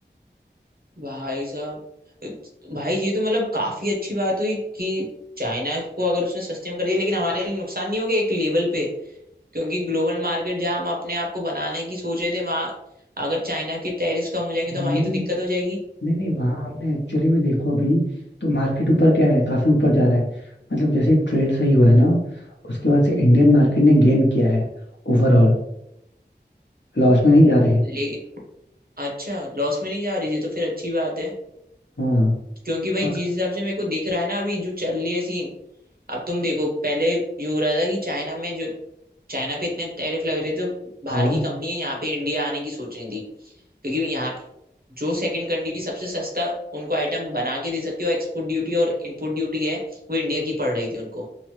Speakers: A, on the right; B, on the left.
A: भाई साहब भाई ये तो मतलब काफी अच्छी बात हुई कि चाइना को अगर उसने सस्ते में कर दिया लेकिन हमारे लिए नुकसान नहीं हो गया एक लेवल पे क्योंकि ग्लोबल मार्केट जहां हम अपने आप को बनाने की सोच रहे थे वहां अगर चाइना के टैरिफ कम हो जाएंगे
B: हमने
A: तो हमारी तो दिक्कत हो जाएगी
B: नहीं नहीं वहाँ आपने एक्चुअली में देखो अभी तो मार्केट ऊपर क्या है काफी ऊपर जा रहा है मतलब जैसे ट्रेड सही हुआ है ना उसके बाद से इंडियन मार्केट ने गेन किया है ओवरऑल लॉस में नहीं जा रहे
A: लेकिन अच्छा लॉस में नहीं जा रही ये तो फिर अच्छी बात है
B: हाँ
A: क्योंकि भाई
B: और
A: जिस हिसाब से मेरे को दिख रहा है ना अभी जो चल रही है सीन अब तुम देखो पहले ये हो रहा था कि चाइना में जो चाइना पे इतने टैरिफ लग रहे थे तो बाहर
B: हाँ
A: की कंपनी यहाँ पे इंडिया आने की सोच रही थी क्योंकि यहाँ पे- जो सेकंड कंट्री सबसे सस्ता उनको आइटम बना के दे सकती है और एक्सपोर्ट ड्यूटी और इंपोर्ट ड्यूटी है वो इंडिया की पड़ रही थी उनको